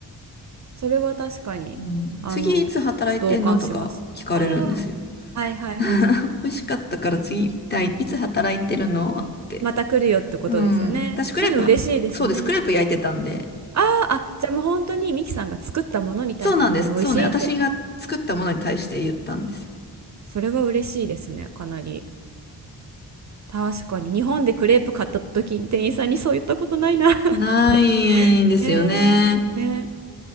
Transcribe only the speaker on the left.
うん、
次いつ働いてんのとか聞かれるんですよ。
<laughs> 美味しかったから次行きたい。いつ働いてるのって。
うん。私クレープは、
そうです。クレープ焼いてたんで。
そうなんです。そうね。私が作ったものに対して言ったんですよ。
ないんですよね。